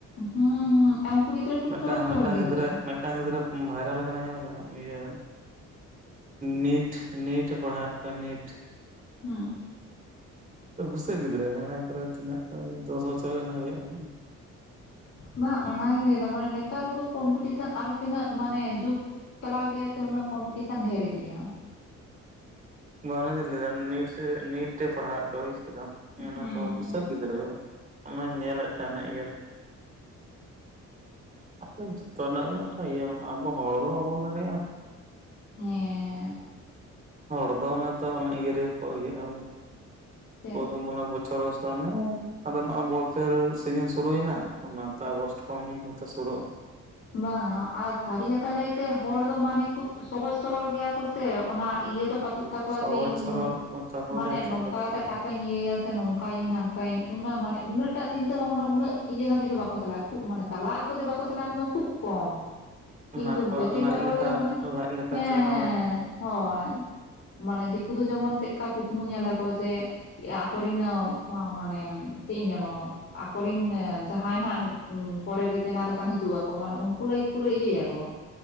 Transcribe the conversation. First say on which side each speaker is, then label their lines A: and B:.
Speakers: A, on the left; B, on the right.
A: ᱦᱩᱸ ᱦᱩᱸ ᱟᱨ ᱩᱱᱠᱩ ᱜᱤᱫᱽᱨᱟᱹ ᱠᱷᱩᱵ
B: ᱢᱤᱫᱴᱟᱝ
A: ᱪᱚᱨᱚᱠ ᱪᱚᱨᱚᱠ
B: ᱢᱤᱫᱴᱟᱝ
A: ᱜᱤᱫᱽᱨᱟᱹ ᱾
B: ᱢᱤᱫᱴᱟᱝ ᱜᱤᱫᱽᱨᱟᱹ ᱵᱷᱟᱭᱨᱟᱞ ᱠᱟᱱᱟ ᱧᱮᱞ ᱠᱮᱫᱟᱢ ᱤᱭᱟᱹ ᱱᱤᱴ ᱱᱤᱴᱮ ᱯᱟᱲᱦᱟᱣᱮᱫ ᱠᱚᱣᱟ ᱱᱤᱴ
A: ᱦᱩᱸ
B: ᱵᱩᱥᱟᱹᱜ ᱜᱤᱫᱽᱨᱟᱹ ᱦᱚᱱᱟ ᱠᱚᱨᱮ ᱛᱤᱱᱟᱹᱜ ᱫᱚᱥ ᱵᱚᱪᱷᱚᱨ ᱜᱟᱱ ᱦᱩᱭᱩᱜᱼᱟ ᱾
A: ᱵᱟᱝ ᱚᱱᱟᱜᱤᱧ ᱞᱟᱹᱭᱫᱟ ᱢᱟᱱᱮ ᱱᱮᱛᱟᱨ ᱫᱚ ᱠᱚᱢᱯᱤᱴᱤᱥᱮᱱ ᱟᱨᱚᱷ ᱛᱤᱱᱟᱹᱜ ᱢᱟᱱᱮ ᱡᱩᱜᱽ ᱪᱟᱞᱟᱣ ᱤᱫᱤᱜᱼᱟ ᱥᱮ ᱩᱱᱟᱹᱜ ᱠᱚᱢᱯᱤᱴᱤᱥᱟᱱ ᱰᱷᱮᱨ ᱤᱫᱤᱜᱼᱟ᱾
B: ᱵᱟᱝ ᱚᱱᱟ ᱜᱤᱧ ᱞᱟᱹᱭᱫᱟ ᱱᱮᱴ ᱥᱮ ᱱᱤᱴ ᱛᱮ ᱯᱟᱲᱦᱟᱣᱮᱜ ᱠᱚᱣᱟ ᱦᱳᱭ ᱥᱮ᱾ ᱢᱟᱱᱮ
A: ᱦᱩᱸ
B: ᱛᱚ ᱵᱩᱥᱟᱹᱜ ᱜᱤᱫᱽᱨᱟᱹ ᱦᱩᱭᱩᱜᱼᱟ ᱚᱱᱟᱧ ᱧᱮᱞᱮᱫ ᱛᱟᱦᱮᱱᱟ ᱤᱭᱟᱹ ᱨᱮ ᱡᱚᱛᱚ ᱨᱮᱱᱟᱜ ᱜᱮ ᱢᱤᱫᱴᱟᱝ ᱤᱭᱟᱹ ᱢᱮᱱᱟᱜᱼᱟ ᱟᱵᱚ ᱦᱚᱲ ᱦᱚᱸ ᱵᱟᱵᱚᱱ ᱫᱟᱲᱮᱭᱟᱜᱼᱟ᱾
A: ᱦᱮᱸ᱾
B: ᱦᱚᱲ ᱫᱚ ᱚᱱᱮ ᱛᱚ ᱚᱱᱮ ᱤᱭᱟᱹ ᱨᱮᱜᱮ ᱠᱚ ᱤᱭᱟᱹᱜᱼᱟ ᱩᱱᱠᱩ
A: ᱪᱮᱫ
B: ᱫᱚ ᱚᱱᱟ ᱵᱷᱳᱡ᱾ ᱵᱚᱪᱷᱚᱨ ᱟᱫᱚ ᱱᱚᱜᱼᱚᱭ ᱵᱚᱞ ᱠᱷᱮᱞ ᱥᱤᱡᱤᱱ ᱥᱩᱨᱩᱭᱮᱱᱟ ᱚᱱᱟ ᱛᱮ ᱟᱜᱚᱥᱴ ᱠᱷᱚᱱ ᱦᱚᱭᱛᱚ ᱥᱩᱨᱩᱜᱼᱟ᱾
A: ᱵᱟᱝᱟ ᱟᱨ ᱥᱟᱹᱨᱤ ᱠᱟᱛᱷᱟ ᱞᱟᱹᱭᱛᱮ, ᱦᱚᱲ ᱫᱚ ᱢᱟᱱᱮ ᱠᱚ ᱥᱚᱦᱚᱡ ᱥᱚᱨᱚᱞ ᱜᱮᱭᱟ ᱠᱚ ᱥᱮ, ᱚᱱᱟ ᱤᱭᱟᱹ ᱫᱚ ᱯᱟᱪᱩᱜ᱾ ᱨᱟᱠᱣᱟ
B: ᱥᱚᱦᱚᱡ
A: ᱡᱮ ᱤᱧ
B: ᱥᱚᱨᱚᱞ ᱛᱟᱯᱚᱨᱮ
A: ᱢᱟᱱᱮ
B: ᱪᱮᱫ
A: ᱱᱚᱝᱠᱟ
B: ᱞᱮᱠᱟ
A: ᱠᱟᱛᱮ ᱴᱟᱠᱟ ᱚᱱᱠᱟᱧ ᱤᱭᱟᱹᱭᱟ ᱥᱮ ᱱᱚᱝᱠᱟᱭᱟ. ᱧ ᱱᱷᱟᱝᱠᱟᱭᱟᱹᱧ ᱚᱱᱟ ᱢᱟᱱᱮ ᱩᱱᱟᱹᱜ ᱴᱟᱜ ᱪᱤᱱᱛᱟᱹ ᱵᱷᱟᱵᱽᱱᱟ ᱩᱱᱟᱹᱜ ᱤᱭᱟᱹ ᱫᱷᱟᱹᱵᱤᱡ ᱫᱚ ᱵᱟᱠᱚ ᱪᱟᱞᱟᱜᱼᱟ ᱠᱷᱩᱵ ᱢᱟᱱᱮᱼᱼ ᱪᱟᱞᱟᱜ ᱟᱠᱚ ᱡᱮ ᱵᱟᱠᱚ ᱪᱟᱞᱟᱜᱼᱟ ᱢᱟᱱᱮ ᱠᱷᱩᱵ ᱠᱚᱢ᱾
B: ᱚᱱᱟ
A: ᱠᱤᱱᱛᱩ
B: ᱟᱠᱚᱣᱟᱜ
A: ᱵᱮᱥᱤᱨ
B: ᱞᱟᱡ
A: ᱵᱷᱟᱜᱽ ᱦᱚᱲ
B: ᱞᱮᱠᱟ
A: ᱜᱮ ᱢᱟᱱᱮ
B: ᱞᱟᱡ ᱞᱮᱠᱟ
A: ᱦᱮᱸ
B: ᱪᱟᱞᱟᱣ
A: ᱦᱮᱸ
B: ᱞᱮᱠᱷᱟᱱ
A: ᱦᱳᱭ᱾ ᱢᱟᱱᱮ ᱫᱤᱠᱩ ᱫᱚ ᱡᱮᱢᱚᱱ ᱪᱮᱫᱠᱟ ᱠᱩᱠᱢᱩ ᱧᱮᱞᱟ ᱠᱚ ᱡᱮ ᱟᱠᱚᱨᱮᱱ ᱢᱟ ᱢᱟᱱᱮ ᱪᱮᱫ ᱤᱧ ᱞᱟᱹᱭ ᱟᱢᱟ ᱾ ᱟᱠᱚᱨᱤᱱ ᱡᱟᱦᱟᱸᱭ ᱦᱟᱸᱜ ᱯᱚᱨᱮ ᱨᱮ ᱡᱮᱱᱟᱨᱮᱥᱚᱱ ᱦᱤᱡᱩᱜ-ᱟ᱾ ᱛᱚ ᱢᱟᱱᱮ ᱩᱱᱠᱩ ᱞᱟᱹᱜᱤᱫ ᱯᱩᱨᱟᱹ ᱤᱭᱟᱹᱭᱟ ᱭᱟᱠᱚ᱾